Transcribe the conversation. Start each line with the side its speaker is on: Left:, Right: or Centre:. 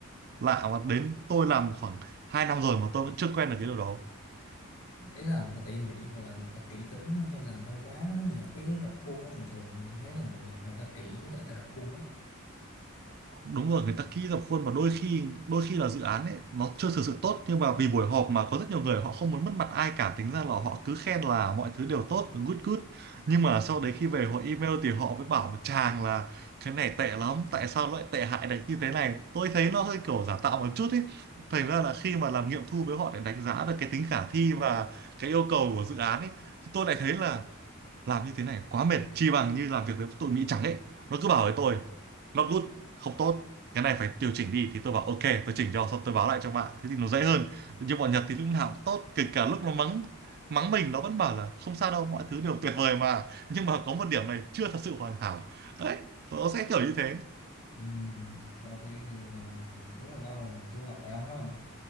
Right: lạ mà đến tôi làm khoảng 2 năm rồi mà tôi vẫn chưa quen được cái điều đó
Left: ý là người ta tỉ mỉ hoặc là người ta kỹ tính á, hay là người ta quá nhờ cái rập khuôn á. thường thường tôi thấy là người Nhật người ta kỹ với lại người ta rập khuôn lắm
Right: đúng rồi người ta kỹ dập khuôn và đôi khi đôi khi là dự án ấy nó chưa thực sự tốt nhưng mà vì buổi họp mà có rất nhiều người họ không muốn mất mặt ai cả tính ra là họ cứ khen là mọi thứ đều tốt good good nhưng mà sau đấy khi về họ email thì họ mới bảo một chàng là cái này tệ lắm tại sao lại tệ hại đánh như thế này tôi thấy nó hơi kiểu giả tạo một chút ấy thành ra là khi mà làm nghiệm thu với họ để đánh giá được cái tính khả thi và cái yêu cầu của dự án ấy thì tôi lại thấy là làm như thế này quá mệt chi bằng như làm việc với tụi Mỹ trắng ấy nó cứ bảo với
Left: Ừ.
Right: tôi not good không tốt cái này phải điều chỉnh đi thì tôi bảo ok tôi chỉnh cho xong tôi báo lại cho bạn thế thì nó dễ hơn nhưng bọn Nhật thì lúc nào cũng tốt kể cả lúc nó mắng mắng mình nó vẫn bảo là không sao đâu mọi thứ đều tuyệt vời mà nhưng mà có một điểm này chưa thật sự hoàn hảo đấy nó sẽ kiểu như thế
Left: Ừm, đầu tiên thì ờ, đúng là lâu rồi tôi không gặp lại ông ha